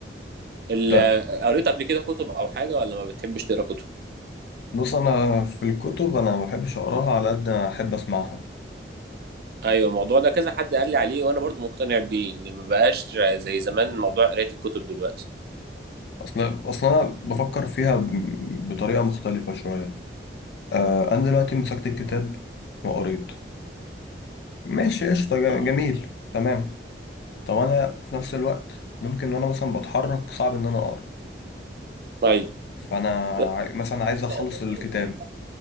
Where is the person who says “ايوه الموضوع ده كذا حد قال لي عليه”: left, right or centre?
Right